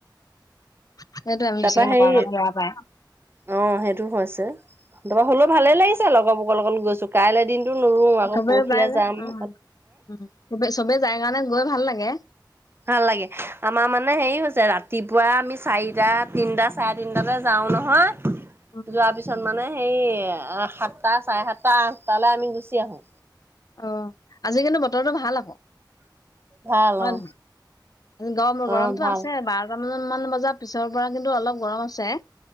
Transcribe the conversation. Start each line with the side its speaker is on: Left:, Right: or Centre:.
Left: সেইটো আমি
Right: তাৰপা
Left: বেছিকে
Right: হেৰি
Left: নকৰা কাৰণে বেয়া পায়।
Right: অ', সেইটো হৈছে তাৰপৰা হ'লেও ভালে লাগিছে লগৰবোকৰ লগত গৈছো কাইলৈ দিন টো নুৰুও আকৌ
Left: চবে
Right: পৰহিলৈ
Left: ওলাই যায়
Right: যাম
Left: উম উম চবে যায় কাৰণে গৈ ভাল লাগে।
Right: ভাল লাগে আমাৰ মানে হেৰি হৈছে ৰাতিপুৱা আমি চাৰিটা তিনটা চা তিনটাতে যাও নহয়।
Left: উম
Right: যোৱাৰ পিছত মানে হেই সাতটা চাৰে সাতটা আঠটালৈ আমি গুচি আহো।
Left: অ', আজি কিন্তু বতৰটো ভাল আকৌ।
Right: ভাল
Left: হয়,
Right: অ
Left: নহয়? গৰম গৰমটো
Right: অ ভাল
Left: আছে বা টা মান বজাৰ পিছৰ পৰা কিন্তু অলপ গৰম আছে।